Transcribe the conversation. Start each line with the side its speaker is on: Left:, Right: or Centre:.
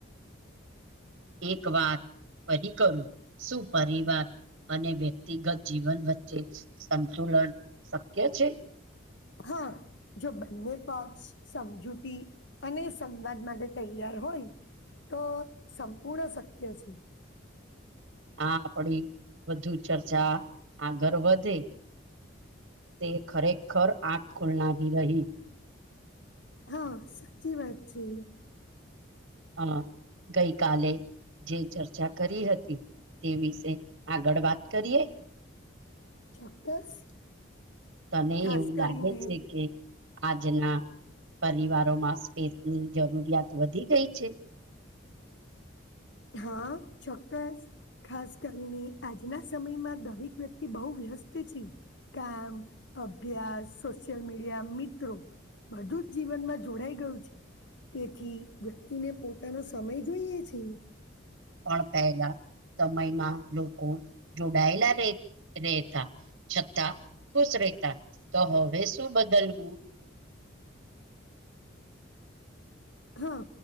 Right: એક વાત. ફરી કરું શું પરિવાર અને વ્યક્તિગત જીવન વચ્ચે. સંતુલન શક્ય છે.
Left: હા જો બંને પક્ષ સમજૂતી અને સંવાદ માટે તૈયાર હોય. તો સંપૂર્ણ શક્ય છે.
Right: આ આપડી વધુ ચર્ચા. આગળ વધે તે ખરેખર આંખ ખોલનારી રહી.
Left: હા સાચી વાત છે.
Right: હા ગઈ કલે. જે ચર્ચા કરી હતી તે વિશે આગળ વાત કરીએ.
Left: ચોક્કસ.
Right: તને
Left: ખાસ
Right: એવું લાગે
Left: કરીને
Right: છે કે. આજના પરિવારોમાં સ્પેસ ની જરૂરિયાત વધી ગઈ છે.
Left: હા ચોક્કસ. ખાસ કરીને આજના સમયમાં દરેક વ્યક્તિ બહુ વ્યસ્ત છે. કામ અભ્યાસ સોશિયલ મીડિયા મિત્રો. બધું જ જીવનમાં જોડાઈ ગયું છે. તેથી વ્યક્તિને પોતાનો સમય જોઈએ છે.
Right: પણ પહેલા સમયમાં લોકો જોડાયેલા રે રેતા છતાં ખુશ રહેતા તો હવે શું બદલવું.
Left: હા